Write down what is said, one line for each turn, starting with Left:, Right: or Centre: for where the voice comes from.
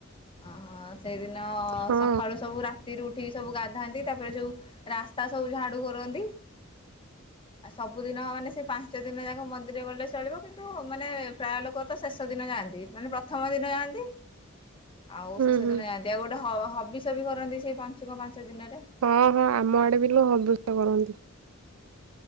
Left: ହଁ ସେଇଦିନ
Right: ହଁ
Left: ସକାଳୁ ସବୁ ରାତି। ରାତିରୁ ଉଠିକି ସବୁ ଗାଧାନ୍ତି, ତାପରେ ଯୋଉ ରାସ୍ତା ସବୁ ଝାଡୁ କରନ୍ତି। ଆଉ ସବୁଦିନ ମାନେ ସେ। ପାଞ୍ଚ ଦିନ ଯାକ ମନ୍ଦିର ଗଲେ ଚଳିବ, କିନ୍ତୁ ମାନେ ପ୍ରାୟ ଲୋକ ତ ଶେଷ ଦିନ ଯାଆନ୍ତି, ମାନେ ପ୍ରଥମ ଦିନ ଯାଆନ୍ତି। ଆଉ
Right: ହୁଁ
Left: ସେ ସେଦିନ
Right: ହୁଁ
Left: ଯାଆନ୍ତି ଆଉ ଗୋଟେ ହଁ ହବିଷ ବି କରନ୍ତି ସେଇ ପଞ୍ଚୁକ ପାଞ୍ଚ ଦିନରେ।
Right: ହଁ ହଁ ଆମ ଆଡେ ବି ଲୋକ ହବିଷ କରନ୍ତି।